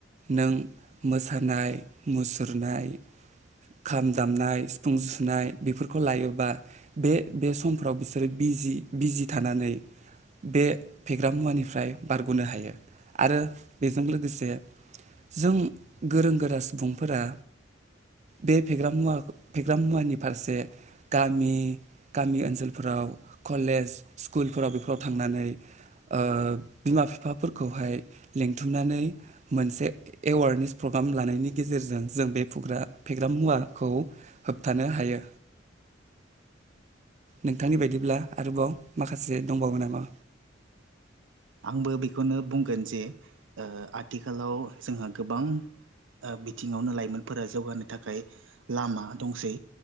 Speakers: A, on the right (about 35°); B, on the right (about 90°).
A: नों मोसानाय मुसुरनाय खाम दामनाय सिफुं जुसुनाय बेफोरखौ लायोबा बे बे समफ्राव बिसोरो बि जि बिजि थानानै बे फेग्रा मुवानिफ्राय बारग'नो हायो आरो बेजों लोगोसे जों गोरों गोरा सुबुंफोरा बे फेग्रा मुवा फेग्रा मुवानि फारसे गामि गामि ओनसोलफोराव कलेज स्कुलफोराव बेफोराव थांनानै ओ बिमा बिफाफोरखौहाय लिंथुमनानै मोनसे एवारनेस प्र ग्राम लानायनि गेजेरजों जों बे फेग्रा फेग्रा मुवाखौ होबथानो हायो। नोंथांनि बायदिब्ला आरोबाव माखासे दंबावो नामा
B: आंबो बेखौनो बुंगोन जे ओ आथिखालाव जोंहा गोबां ओ बिथिङावनो लाइमोनफोरा जौगानो थाखाय लामा दंसै